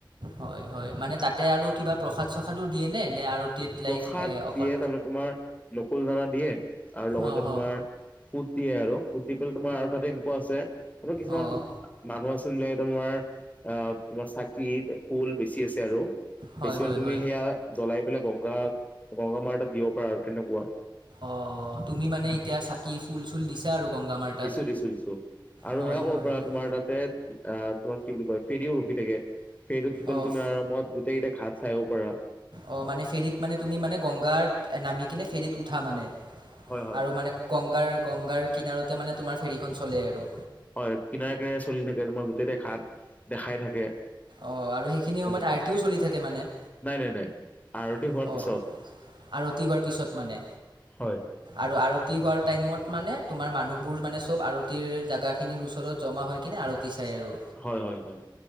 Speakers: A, on the right (about 65°); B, on the left (about 20°).
A: হয়-হয় মানে তাতে আৰু কিবা প্ৰসাদ চসাদো দিয়ে নে? নে আৰতিত লাইক
B: প্ৰসাদ
A: অকল
B: দিয়ে তাৰমানে তোমাৰ নকুল দানা দিয়ে। আৰু লগতে
A: অঁ হ
B: তোমাৰ ফুট দিয়ে আৰু ফুট দি তোমাৰ আৰু তাতে এনেকুৱা আছে। কিছুমান
A: অঁ
B: মানুহ আছিল তোমাৰ অ, তোমাৰ চাকি ফুল বেছি আছে আৰু
A: হয়
B: বেছি
A: হয়
B: তুমি
A: হয়
B: সেয়া জ্বলাই গংগা-গংগা মাৰ তাত দিব পাৰাৰে আৰু তেনেকুৱা
A: অ, তুমি মানে এতিয়া চাকি ফুল-চুল দিছা আৰু গংগা মাৰ তাত
B: দিছো-দিছো-দিছো আৰু
A: হয়
B: সেয়া কৰ'
A: হয়
B: পৰা
A: হয়
B: তোমাৰ তাতে আহ তোমাক কি বুলি কয় ফেৰিও ৰখি থাকে। ফেৰত উম, সি পেল
A: অঁ
B: তুমি আৰামত গোটেই কেইটাই ঘাত চাইব পাৰা
A: অঁ মানে ফেৰীত মানে তুমি মানে গংগাত নামি কিনে ফেৰীত উঠা মানে
B: হয় হয়
A: আৰু মানে কংগাৰ গংগাৰ কিনাৰতে মানে তোমাৰ ফেৰীখন চলেই আৰু
B: হয়, কিনাৰে কিনাৰে চলি থাকে তোমাৰ গোটেইতে ঘাট দেখাই থাকে।
A: অ, আৰু সেইখিনি
B: তেনেকুৱা
A: সময়ত আৰটিও চলি থাকে মানে
B: নাই নাই নাই আৰতি
A: অ,
B: হোৱাৰ পিছত
A: আৰতি হোৱাৰ পিছত মানে
B: হয়
A: আৰু আৰতি হোৱাৰ টাইমত মানে তোমাৰ মানুহবোৰ মানে চব আৰতিৰ জোগা খিনিৰ ওচৰত জমা হয় কিনে আৰতি চায় আৰু
B: হয়-হয়-হয়।